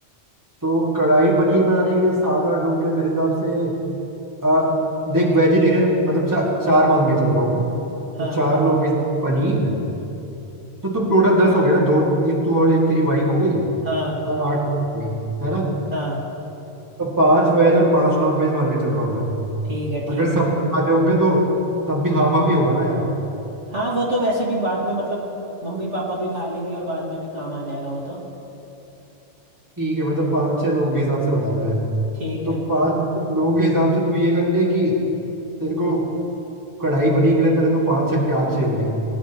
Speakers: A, on the right; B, on the right.
A: तो कढ़ाई पनीर बनाने के लिए सात आठ लोगों के लिए मेरे हिसाब से आ, देख वेजिटेरियन मतलब चा, चार मान के चल रहा हूँ मैं
B: हाँ
A: तो चार लोगों के हिसाब से पनीर तो तुम टोटल दस हो गए ना दो एक तू और एक तेरी वाइफ हो गई
B: हाँ
A: और आठ वेज है ना
B: हाँ
A: तो पांच वेज और पांच नॉन वेज मान के चल रहा हूँ मैं
B: ठीक है ठीक
A: अगर सब
B: है
A: खाते होंगे तो तब भी हाफ हाफ ही होगा ना यार
B: हाँ वो तो वैसे भी बाद में मतलब मम्मी पापा भी खा लेंगे और बाद में भी काम आ जाएगा वो तो
A: ठीक है मतलब पांच छह लोगों के हिसाब से बता रहा है
B: ठीक
A: तो
B: है
A: पांच लोगों के हिसाब से तू ये कर ले कि तेरे को कढ़ाई पनीर के लिए पहले तो पांच छह प्याज चाहिए होंगे